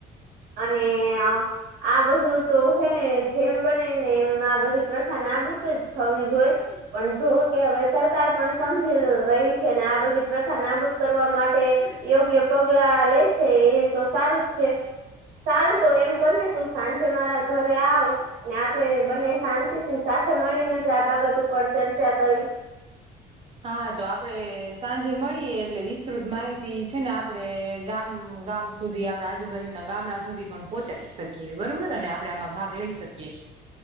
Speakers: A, on the right; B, on the right.
A: અને આ. આ બધું તો હોય ને જેમ બને ને એમ આ બધી પ્રથા નાબૂદ જ થવી જોય. પણ જો કે હવે સરકાર પણ સમજી રહી છે ને આ બધી પ્રથા નાબૂદ કરવા માટે યોગ્ય પગલા લે છે એ તો સારું જ છે. સારું તો એમ કર ને તું સાંજે મારા ઘરે આવ ને આપણેે બંને શાંતિ થી સાથે મળીને જ આ બાબત ઉપર ચર્ચા કરી
B: હા તો આપડે સાંજે મળીએ એટલે વિસ્તૃત માહિતી છે ને આપડે ગામ ગામ સુધી આપણી આજુબાજુના ગામડા સુધી પણ પોહોંચાડી શકીએ બરોબરને આપડેમાં ભાગ લઈ શકીએ.